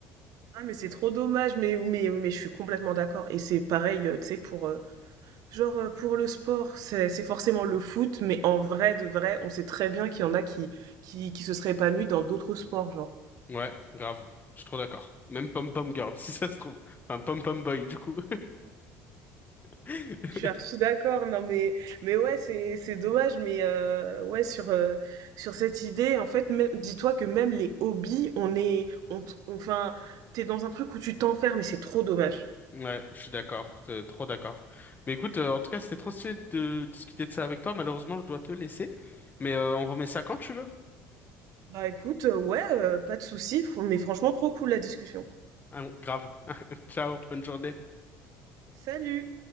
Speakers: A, on the right (about 65°); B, on the left (about 30°).
A: Ah mais c'est trop dommage mais mais mais je suis complètement d'accord et c'est pareil euh, tu sais pour euh, genre euh, pour le sport c'est c'est forcément le foot mais en vrai de vrai on sait très bien qu'il y en a qui qui qui se seraient épanouis dans d'autres sports genre.
B: Ouais, grave. Je suis trop d'accord. Même Pom Pom Girl, <laughs> si ça se trouve. Enfin, Pom Pom Boy, du coup. <laughs>
A: Je suis archi d'accord, non mais mais ouais c'est c'est dommage mais euh, ouais sur euh, sur cette idée en fait même dis-toi que même les hobbies on est on enfin t'es dans un truc où tu t'enfermes et c'est trop dommage.
B: Ouais, je suis d'accord, euh, trop d'accord. Mais écoute, euh, en tout cas, c'était trop stylé de discuter de ça avec toi. Malheureusement, je dois te laisser. Mais euh, on remet ça quand tu veux.
A: Bah écoute euh, ouais euh, pas de souci fr- mais franchement trop cool la discussion.
B: Ah, grave. <laughs> Ciao, bonne journée.
A: Salut.